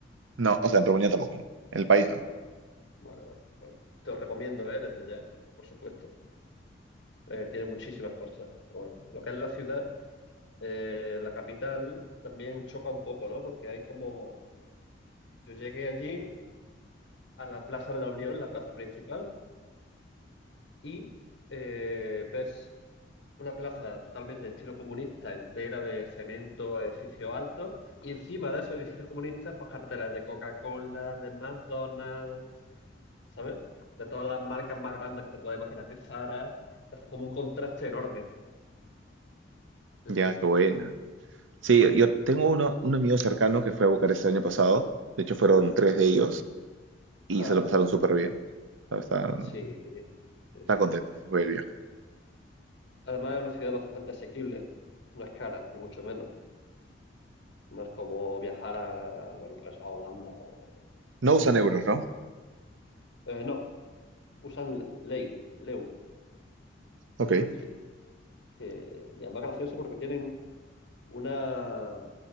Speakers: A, on the right; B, on the left.
A: No, o sea, en Rumanía tampoco, ¿no? En el país no.
B: Vale, vale. Vale, vale. Bueno, te lo recomiendo, ¿eh? Desde ya, por supuesto. Eh, tiene muchísimas cosas. Pero bueno, lo que es la ciudad, eh, la capital, también choca un poco, ¿no? Porque hay como. Yo llegué allí a la Plaza de la Unión, la plaza principal, y eh, ves Una plaza totalmente de estilo comunista, entera de cemento, edificios altos, y encima de esos edificios comunistas, pues carteles de Coca-Cola, de McDonald's, ¿sabes? De todas las marcas más grandes que te puedas imaginar, de Zara. hace como un contraste enorme. Sí,
A: Ya,
B: sí.
A: qué buena. Sí, yo tengo uno, un amigo cercano que fue a Bucarest el año pasado. De hecho, fueron tres de ellos y
B: Ah,
A: se lo pasaron súper bien. O sea, están,
B: sí, sí,
A: están
B: sí.
A: contentos, fue el viaje.
B: Además, es una ciudad bastante asequible. No es cara, ni mucho menos. No es como viajar a, a, bueno, pues a Holanda o...
A: No usan euros, ¿no?
B: Eh, no, usan ley, LEU,
A: Ok.
B: sí. que, y además gracioso porque tienen una...